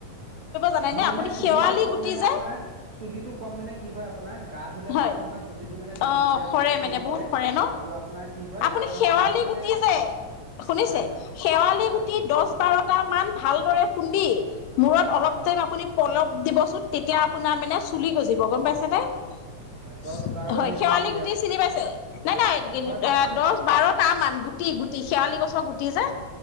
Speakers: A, on the left; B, on the right.
A: জানেনে
B: মোৰ মানে
A: আপুনি
B: চুলিটো
A: শেৱালি
B: কম
A: গুটি
B: মানে
A: যে
B: আপোনাৰ চুলিটো কম মানে কি হয় আপোনাৰ গা ধুলে
A: হয়,
B: মানে আপোনাৰ চুলিটো মানে
A: অ
B: বিৰাটকে
A: সৰে
B: চুলি
A: মানে বহুত সৰে ন
B: আৰু আপোনাৰ কি হয়
A: আপুনি
B: আপোনাৰ
A: শেৱালি
B: চুলিটো মানে
A: গুটি যে শুনিছে,
B: হয় হয়
A: শেৱালি
B: হয়
A: গুটি দহ বাৰ এটা মান ভালদৰে খুন্দি মূৰত
B: হয়
A: অলপ
B: হয়
A: টাইম আপুনি পলপ দিবচোন তেতিয়া আপোনাৰ মানে চুলি গজিব গম পাইছে নে? হয়,
B: দহ বাৰ মিনিট
A: শেৱালি
B: মান তি
A: গুটি চিনি পাইছে, নাই নাই এ
B: হয় পাইছো পাইছো
A: দহ বাৰটা মান গুটি গুটি শেৱালি গছৰ গুটি যে